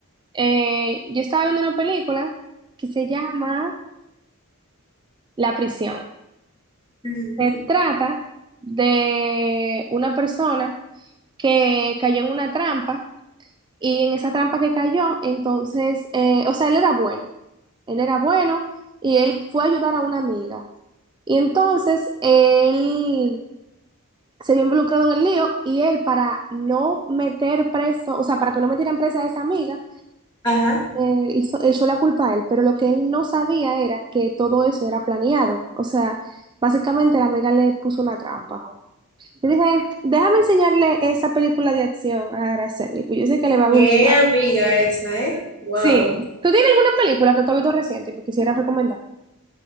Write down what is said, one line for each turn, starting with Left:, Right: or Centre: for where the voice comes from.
Right: Eh, yo estaba viendo una película que se llama La Prisión.
Left: Ujú.
Right: Se trata de una persona que cayó en una trampa y en esa trampa que cayó, entonces, eh, o sea, él era bueno. Él era bueno y él fue a ayudar a una amiga. Y entonces él se vio involucrado en el lío y él para no meter preso, o sea, para que no metieran presa a esa amiga,
Left: Ajá.
Right: eh, hizo- echó la culpa a él. Pero lo que él no sabía era que todo eso era planeado. O sea, básicamente la amiga le puso una trampa. Yo dije, déjame enseñarle esa película de acción a Araceli, pues yo sé que le va a
Left: Qué
Right: gustar.
Left: amiga esa, ¿eh? Wow.
Right: Sí. ¿Tú tienes alguna película que tú has visto reciente y me quisieras recomendar?